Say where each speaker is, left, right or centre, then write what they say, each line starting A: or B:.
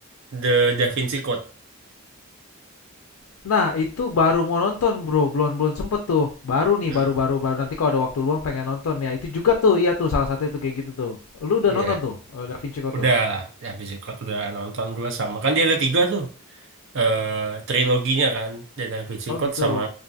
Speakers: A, on the right (about 55°); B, on the left (about 75°).
A: The Da Vinci Code.
B: Nah, itu baru mau nonton, Bro, belum belum sempet tuh. Baru nih,
A: Mm-mm.
B: baru baru baru nanti kalau ada waktu luang pengen nonton ya. Itu juga tuh, iya tuh salah satu itu kayak gitu tuh. Lu udah
A: Iya.
B: nonton tuh, eh, Da Vinci Code
A: Udah,
B: tuh?
A: Da Vinci Code udah nonton dua sama. Kan dia ada tiga tuh. eh triloginya kan. The Da Vinci
B: Oh
A: Code
B: gitu.
A: sama